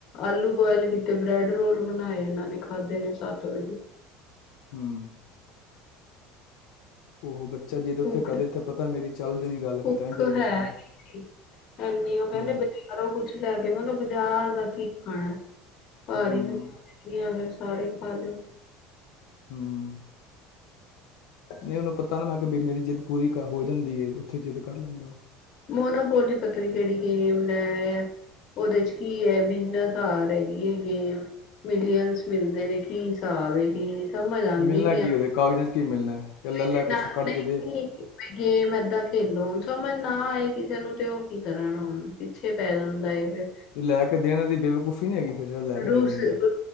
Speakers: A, on the left; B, on the left.
A: ਆਲੂ ਬੁਆਇਲ ਕੀਤੇ ਬ੍ਰੈਡ ਰੋਲ ਬਣਾਏ ਇਹਨਾਂ ਨੇ ਖਾਧੇ ਨੇ ਸ ਜੀ।
B: ਹਮ। ਉਹ ਬੱਚਾ ਜਿੱਦ ਉੱਥੇ
A: ਭੁੱਖ
B: ਕਦੇ ਜਿੱਥੇ ਪਤਾ ਮੇਰੀ ਚੱਲ ਜਾਣੀ ਗੱਲ
A: ਭੁੱਖ
B: ਫਿਰ ਤਾਂ ਹੀ ਜਿੱਦ ਕਰਦਾ
A: ਹੈ
B: ਉਹ
A: ਨ
B: ਨਾ
A: ਸੀ ਐਨੀ ਉਹ ਕਹਿੰਦੇ
B: ਹੀ ਹੂੰ
A: ਬਜ਼ਾਰੋਂ ਕੁਛ ਲੈ ਕੇ ਮੈਨੂੰ ਬਾਜ਼ਾਰ ਦਾ ਕੀ ਖਾਣਾ ਭ
B: ਹੂੰ
A: ਹੀ ਬ ਆ ਸਾਰੇ ਖਾ ਲਓ
B: ਹਮ ਨਹੀਂ ਉਹਨੂੰ ਪਤਾ ਨਾ ਮੈਂ ਕਿਹਾ ਬਈ ਮੇਰੀ ਜਿੱਦ ਪੂਰੀ ਹੋ ਜਾਂਦੀ ਹੈ ਉੱਥੇ ਜਿੱਦ ਕਰ ਲੈਂਦਾ ਉਹ
A: ਮੋਨਾ ਪੋਲ ਦੀ ਪਤਾ ਨੀ ਕਿਹੜੀ ਗੇਮ ਲੈ ਆ ਉਹਦੇ ਚ ਕੀ ਹੈ ਬਿਜਨਸ ਆ ਰ ਹੈਗੀ ਇਹ ਗੇਮ ਮਿਲੀਅਨਸ ਮਿਲਦੇ ਨੇ ਕੀ ਹਿਸਾਬ ਕੀ ਸਮਝ ਆਉਂਦੀ
B: ਮਿਲਣਾ
A: ਨ ਆ
B: ਕੀ ਉਹਦੇ ਕਾਗਜ਼ਾਂ 'ਚ ਮਿਲਣਾ ਹੈ ਕਿ ਲੈ
A: ਕੋਈ
B: ਲੈ
A: ਤੇ ਨਾ
B: ਕੁਛ ਕੱਢ
A: ਨਹੀਂ
B: ਕੇ
A: ਗੇਮ ਏਦਾਂ ਖੇਲੋ ਸੋ ਮੈਂ ਨਾਏ ਕਿਸੇ ਨੂੰ ਤੇ ਉਹ ਕੀ ਕਰਨ ਹੁਣ ਪਿੱਛੇ ਪੈ ਜਾਂਦਾ ਫਿਰ
B: ਤੇ ਲੈ ਕੇ ਦੇਣ ਦੀ ਬੇਵਕੂਫ਼ੀ ਨਹੀਂੀ ਹੈਗੀ ਫਿਰ ਜਿਹੜਾ ਲੈ ਕੇ
A: ਰੂਸਸ
B: ਦੇ ਦਿੰਦਾ